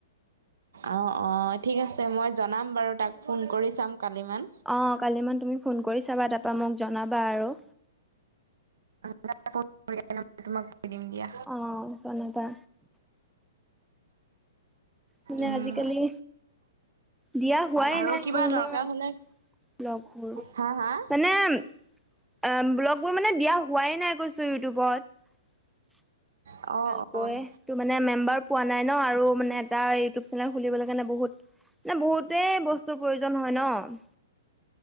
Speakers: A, on the right (about 70°); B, in the centre.
A: অ', অ', ঠিক আছে মই জনাম বাৰু তাক ফোন কৰি চাম। কালিমান।
B: অ, কালি মান তুমি ফোন কৰি চাবা তাৰপৰা মোক জনাবা আৰু।
A: <unintelligible> <unintelligible> দিম দিয়া।
B: অ', জনাবা। মানে
A: উম,
B: আজিকালি দিয়া হোৱাই
A: আৰু
B: নাই
A: কিবা
B: মোৰ
A: দৰকাৰ
B: ন'
A: হ'লে
B: ব্লগবোৰ
A: হা, হা?
B: মানে <unintelligible> ব্লগবোৰ মানে দিয়া হোৱাই নাই কৈছোঁ ইউটিউবত।
A: অ',
B: ভালকৈ
A: অ',
B: তো মানে মেম্বাৰ পোৱা নাই ন, আৰু মানে এটা ইউটিউব চেনেল খুলিবলৈ কাৰণে বহুত মানে বহুতেই বস্তুৰ প্ৰয়োজন হয় ন'